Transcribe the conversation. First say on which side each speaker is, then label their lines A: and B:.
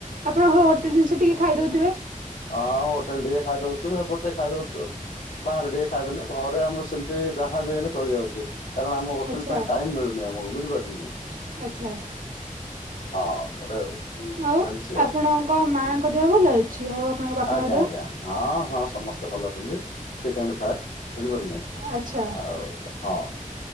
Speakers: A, on the right (about 75°); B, on the left (about 80°).
A: ଆପଣ ହୋଟେଲ ଜିନିଷ ଟିକେ ଖାଇଦଉ
B: ହଁ ହୋଟେଲରେ ଟିକେ ଖାଇଦଉଚୂ, ଏ ପଟେ ଟିକେ ଖାଇଦଉଚୁ। ବାହାରେ ଟିକେ ଖାଇଦେଲେ ଘରେ ଆମର ସେମିତି ଯାହା ବି ହେଲେ ଚଳି ଯାଉଚି କାରଣ ଟେଲ
A: ଆଚ୍ଛା
B: ପାଇଁ ଟାଇମ୍ ମିଳୁନି ଆମକୁୁ ବୁଝିପାରିଲେ କି?
A: ଆଚ୍ଛା।
B: ହଁ ଗୋଟେ
A: ଆଉ
B: ଚାଲିଛି ଆଉ
A: ଆପଣଙ୍କ ମାଙ୍କ ଦେହ ଭଲ ଅଛି ଆଉ? ଆପଣଙ୍କ ବାପାଙ୍କ
B: ଆଜ୍ଞା
A: ଦେହ?
B: ଆଜ୍ଞା ହଁ ହଁ ସମସ୍ତେ ଭଲ ଅଛନ୍ତି ଫିଟ ଆଣ୍ଡ ଫାର ବୁଝିପାରୁିଲନ ନାଇ?
A: ଆଚ୍ଛା
B: ଆଉ ହଁ।